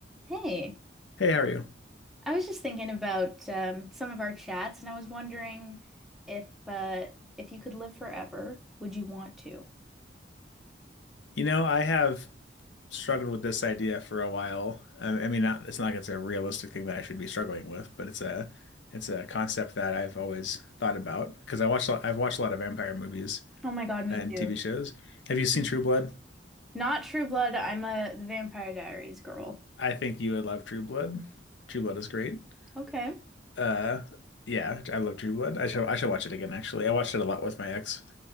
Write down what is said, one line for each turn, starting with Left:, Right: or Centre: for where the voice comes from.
Centre: Hey,
Left: Hey, how are you?
Centre: I was just thinking about um, some of our chats, and I was wondering if uh, if you could live forever, would you want to?
Left: You know, I have struggled with this idea for a while. I, I mean, not, it's not like it's a realistic thing that I should be struggling with, but it's a it's a concept that I've always thought about because I watched a lot- I've watched a lot of vampire movies
Centre: Oh my God, me
Left: and
Centre: too.
Left: TV shows. Have you seen True Blood?
Centre: Not True Blood. I'm a the Vampire Diaries girl.
Left: I think you would love True Blood. True Blood is great.
Centre: Okay.
Left: Uh, yeah, I love True Blood. I shall I shall watch it again, actually. I watched it a lot with my ex.